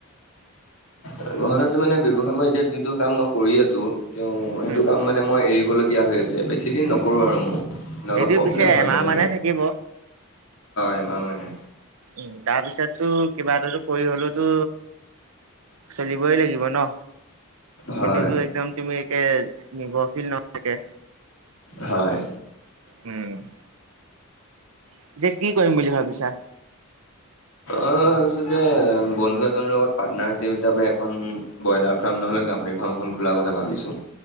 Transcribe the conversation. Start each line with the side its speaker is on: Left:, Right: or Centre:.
Left: ঘৰত আ মানে বৱসায় মই এতিয়া যোনটো কাম মই কৰি আছো তে সেইটো
Right: উম
Left: কাম মানে মই এৰিব ল হৈ আছে বেছি দিন নকৰোঁ আৰু মই অলপ
Right: এইটো
Left: প্ৰব্লেম
Right: পিছে
Left: হয়
Right: এমাহ
Left: মানে
Right: মানহে থাকিব।
Left: এ মানে
Right: উম তাৰপিছততো কিবা এটাতো কৰি হলেওতো চলিবই লাগিব ন
Left: হয়,
Right: এইটোতো একদম তুমি একে নিৰ্ভৰশীল নহয়াকে
Left: হয়
Right: উম পিছে কি কৰিম বুলি ভাবিছা?
Left: অ ভাবিছো যে বন্ধু এজনৰ লগত পাৰ্টনাৰ হিচ হিচাপে এখন ব্ৰইলাৰ ফাৰ্ম নহলে গাহৰি ফাৰ্মখন খোলাৰ কথা ভাবিছো